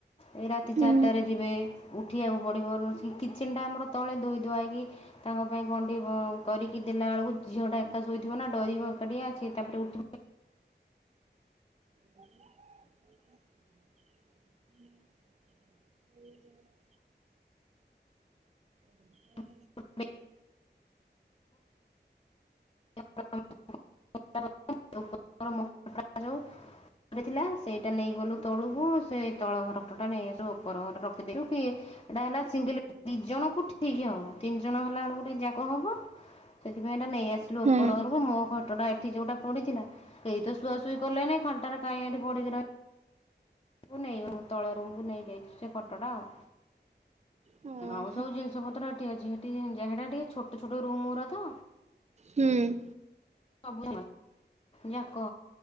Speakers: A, on the left (about 30°); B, on the right (about 40°).
A: ଏଇ ରାତି
B: ହୁଁ
A: ଚାରିଟାରେ ଯିବେ, ଉଠିବାକୁ ବଢ଼ିିବରୁଛି କିଚେନ୍ ଟା ଆମର ତଳେ ଧୋଇ ଧୁଆଇକି ତାଙ୍କ ପାଇଁ କଣ୍ ଟିକେ କରିକି ଦେଲା ବେଳକୁ ଝିଅ ଟା ଏକାଶୋଇଥିବ ନା ଡରିବ ଏକାଠିଆ ସେ ତାପରେ ଉଠିବ।
B: <inaudible> <inaudible>
A: <unintelligible> <unintelligible> ଥିଲା, ସେଇଟା ନେଇ ଗଲୁ ତଳୁକୁ, ସେଇ ତଳ ଘର ଉପରଟା ନେଇ ସବୁ ଉପର ଘରେ ରଖିଦେଲୁ କି? ଏଇଟା ହେଲା ସିଙ୍ଗଲ ଦି ଜଣ କୁ ଠିକ ହବ, ତିନି ଜଣ ହେଲା ବେଳକୁ ଟିକେ ଜାଗା ହବ। ସେଥିପାଇଁ ଏଟା ନେଇ ଆସିଲୁ
B: ହୁଁ।
A: ଉପର ଘରକୁ, ମୋ ଖଟଟା ଯୋଉଟା ପଡିଥିଲା, କେଇ ତ ଶୁଆସୁଇ କଲେନି ଖାଲଟା ରେ କାଇଁ ଏଠି ପଡ଼ିକି ରହିବ ନେଇ ତଳ ରୁମକୁ ନେଇଯାଇଛି ସେ ଖଟ ଟା ଆଉ।
B: ହଁ
A: ଆଉ
B: ଅ।
A: ସବୁ ଜିନିଷ ପତ୍ର ଏଠି ଅଛି ହେଠି ଯେହେଟା ଟିକେ ଛୋଟ ଛୋଟ ରୁମ ଗୁରା ତ।
B: ହୁଁ ଉଁ।
A: ସବୁ ଯାକ।